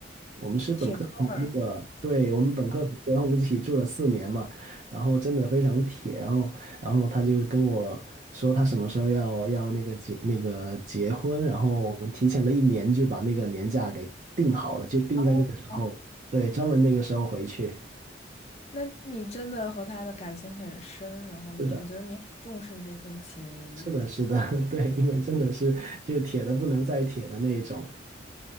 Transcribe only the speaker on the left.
铁哥们儿。
哦，
那你真的和他的感情很深，然后你，
我觉得你很重视这份情谊。